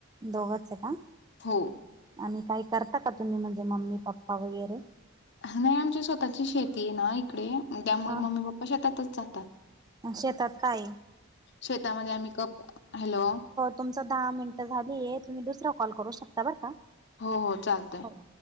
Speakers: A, on the right (about 20°); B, on the left (about 55°).
A: दोघच आहे का?
B: हो.
A: आणि काही करता का तुम्ही? म्हणजे मम्मी पप्पा वगैरे.
B: नाही आमची स्वतःची शेती आहे ना इकडे. त्यामुळे
A: हा
B: मम्मी पप्पा शेतातच जातात.
A: शेतात. काय
B: शेतामध्ये आम्ही कप - अ हॅलो.
A: तुमची दहा मिनिटं झालीये. तुम्ही दुसरा कॉल करू शकता बरं का.
B: हो हो चालतंय.
A: हो